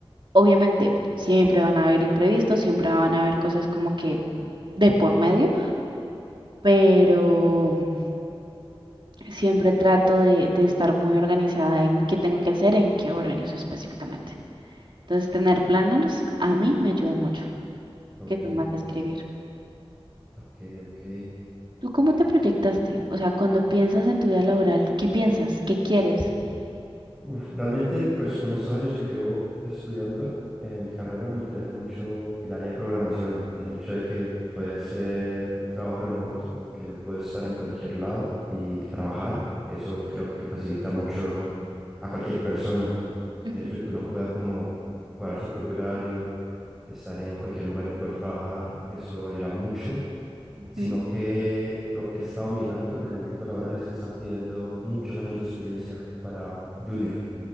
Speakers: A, on the right (about 55°); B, in the centre.
A: Obviamente, siempre van a haber imprevistos, siempre van a haber cosas como que de por medio, pero mm, siempre trato de, de estar muy organizada en qué tengo que hacer, en qué horarios específicamente. Entonces, tener planners a mí me ayuda mucho,
B: Ok,
A: que soy más de escribir.
B: ok, ok.
A: ¿Tú cómo te proyectaste? O sea, cuando piensas en tu vida laboral, ¿qué piensas? ¿Qué quieres?
B: Uf, realmente, pues con estos años que llevo estudiando eh, mi carrera, me interesa mucho el área de programación, el hecho de que puede ser un trabajo remoto, que yo puedo estar en cualquier lado y trabajar. Eso creo que facilita mucho a cualquier persona,
A: Ujú,
B: el hecho de que uno pueda como cuadrar su propio horario, estar en cualquier lugar y poder trabajar, eso ayuda mucho
A: ujú,
B: sino que lo que he estado mirando en el ámbito laboral es que están pidiendo muchos años de experiencia para junior,